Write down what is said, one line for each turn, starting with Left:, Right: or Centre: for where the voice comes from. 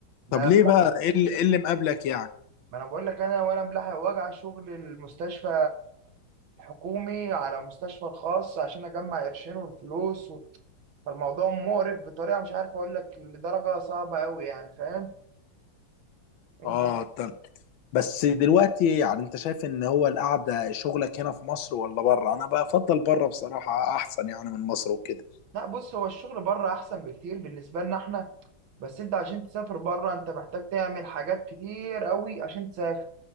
Right: لا
Left: طب ليه بقى ايه اللي إيه اللي مقابلك يعني
Right: ما انا بقول لك انا ولا ملاحق وجع شغل المستشفى الحكومي على مستشفى الخاص عشان اجمع قرشين والفلوس فالموضوع مقرف بطريقه مش عارف اقول لك لدرجه صعبه قوي يعني فاهم انت
Left: اه طب بس دلوقتي يعني انت شايف ان هو القعده شغلك هنا في مصر ولا بره انا بفضل بره بصراحه احسن يعني من مصر وكده
Right: لا بص هو الشغل بره احسن بكتير بالنسبه لنا احنا بس انت عشان تسافر بره انت محتاج تعمل حاجات كتير قوي عشان تسافر